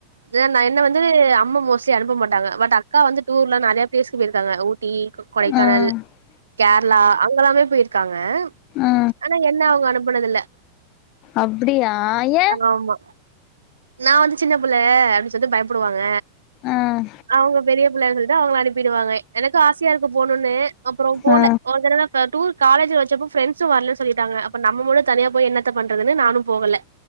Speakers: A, on the right; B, on the left.
A: இதூலா நா என்ன வந்து வந்து அம்மா மோஸ்ட்லி அனுப்ப மாட்டாங்க பட் அக்கா வந்து டூர்ல நெறய பிளேசுக்கு போயிருக்காங்க ஊட்டி கொ கொடைக்கானல்
B: ஆ
A: கேர்ளா அங்கல்லாமே போயிருக் காங்க
B: ஆ
A: ஆனா என்ன அவங்க அனுப்பனது இல்ல
B: அப்டியா ஏன்
A: ஆமா நா வந்து சின்ன பிள்ள அப்டின்னு சொல்லி பயப்படுவாங்க
B: அ
A: அவங்க பெரிய புள்ளைங்கிறத் அவங்க அனுப்பிடுவாங்க எனக்கு ஆசியாருக்கூ போணுன்னு அப்புறோ போல்ல
B: ஆ
A: ஓர் தடதா க டூர் காலேஜ் வெச்சப்ப பிரண்ட்ஸும் வரலேன்னு சொல்லிட்டாங்க அப்ப நம்பமட்டூ தனிய போய் என்னத்த பண்றதுன்னு நானூ போகல